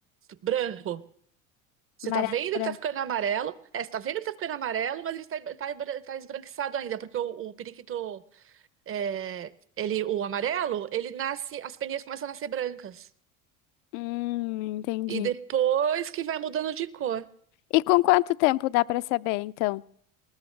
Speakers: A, on the right (about 30°); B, on the left (about 70°).
A: branco? Você
B: amarelo,
A: tá vendo
B: branco.
A: que tá ficando amarelo? É, você tá vendo que tá ficando amarelo, mas ele tá, tá, tá esbranquiçado ainda, porque o, o periquito é, ele, o amarelo, ele nasce, as peninhas começam a nascer brancas.
B: Hum, entendi.
A: E depois que vai mudando de cor.
B: E com quanto tempo dá pra saber, então?